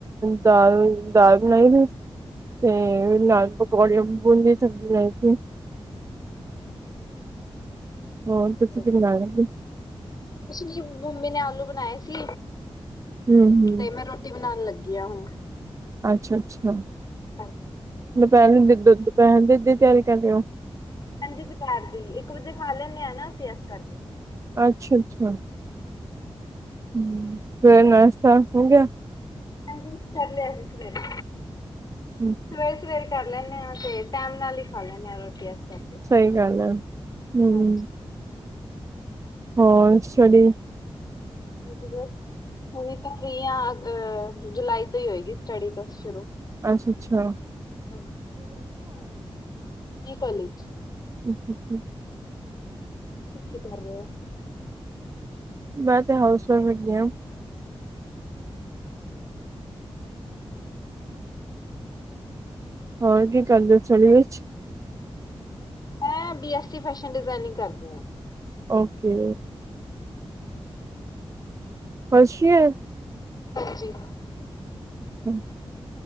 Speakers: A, on the right; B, on the left.
A: ਦਾਲ ਦਾਲ ਬਣਾਈ ਸੀ ਤੇ ਨਾਲ ਪਕੋੜੇ ਬੂੰਦੀ ਸਬਜ਼ੀ ਬਣਾਈ ਸੀ।
B: ਅੱਛਾ ਅੱਛਾ
A: ਹੋਰ ਤੁਸੀ
B: ਵਧੀਆ।
A: <inaudible>
B: ਕੁਛ ਨੀ ਮੰਮੀ ਨੇ ਆਲੂ ਬਣਾਏ ਸੀ
A: ਹੂੰ ਹੂੰ
B: ਤੇ ਮੈ ਰੋ ਰੋਟੀ ਬਣਾਨ ਲੱਗੀ ਆ ਹੁਣ
A: ਅੱਛਾ ਅੱਛਾ
B: ਹਾਂਜੀ
A: ਦੁਪਹਿਰ
B: ਕੀ
A: ਦ
B: ਬਣਾਇਆ?
A: ਦੁਪਹਿਰ ਦੀ ਤਿਆਰੀ ਕਰ ਰਹੇ ਓ
B: ਹਾਂਜੀ ਦੁਪਹਿਰ ਦੀ ਇੱਕ ਵਜੇ ਖਾ ਲੈਂਣੇ ਆ ਨਾ ਅਸੀਂ ਏਸ ਕਰਕੇ।
A: ਅੱਛਾ ਅੱਛਾ।
B: ਹਮ।
A: ਹਮ ਫੇਰ ਨਾਸ਼ਤਾ ਹੋ ਗਿਆ।
B: ਹਾਂਜੀ ਕਰ ਲਿਆ ਸੀ ਸਵੇਰੇ।
A: ਹਮ।
B: ਸਵੇਰ ਸਵੇਰ ਕਰ ਲੈਂਦੇ ਹਾਂ ਤੇ ਟਾਈਮ ਨਾਲ ਹੀ। ਖਾ ਲੈਂਦੇ ਹਾਂ ਰੋਟੀ ਇਸ ਕਰਕੇ
A: ਸਹੀ ਗੱਲ ਹੈ ਹੂੰ
B: ਹਾਂਜੀ।
A: ਹੋਰ ਸਟੱਡੀ।
B: ਹਾਂਜੀ ਬਸ ਹੁਣ ਤਾਂ ਫਰੀ ਹਾਂ ਜੁਲਾਈ ਤੋਂ ਹੀ ਹੋਏਗੀ ਸਟੱਡੀ ਤਾਂ ਸ਼ੁਰੂ।
A: ਅਛਾ ਅਛਾ।
B: ਹਾਂਜੀ ਤੁਂ ਕੀ ਕਰ ਰਹੇ <unintelligible> ਮੈ ਕੋਲਜ।
A: ਹਮ ਹਮ। <inaudible>
B: ਤੁਸੀ ਕੀ ਕਰ ਰਹੇ ਹੋ।
A: ਮੈ ਤਾਂ ਹਾਊਸ ਵਾਈਫ ਹੈਗੀ ਹਾ।
B: ਅੱਛਾ ਅੱਛਾ। <inaudible> ਹਮ। <inaudible>
A: ਹੋਰ ਕੀ ਕਰਦੇ ਹੋ ਘਰ ਵਿਚ।
B: ਮੈਂ ਬੀ ਐਸਸੀ ਫੈਸ਼ਨ ਡਿਜ਼ਾਇਨਿਗ ਕਰਦੀ ਹਾਂ।
A: ਓਕੇ। ਅੱਛਾ।
B: ਹਾਂਜੀ।
A: ਹਮ। <inaudible>